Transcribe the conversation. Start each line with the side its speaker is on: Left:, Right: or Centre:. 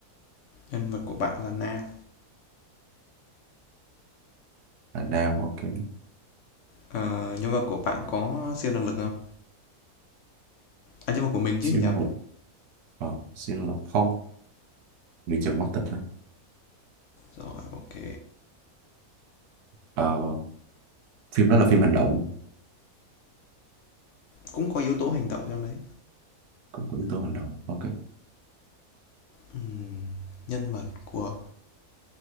Left: Nhân vật của bạn là nam.
Right: là nam ok
Left: Ờ, nhân vật của bạn có siêu năng lực không? À, nhân vật của mình
Right: siêu
Left: chứ nhầm.
Right: năng lực ờ, siêu năng lực không người chồng mắt thịt thôi.
Left: Rồi, ok.
Right: Ờ, phim đó là phim hành động
Left: Cũng có yếu tố hành động trong đấy.
Right: cũng có yếu tố hành động ok
Left: Ừm, nhân vật của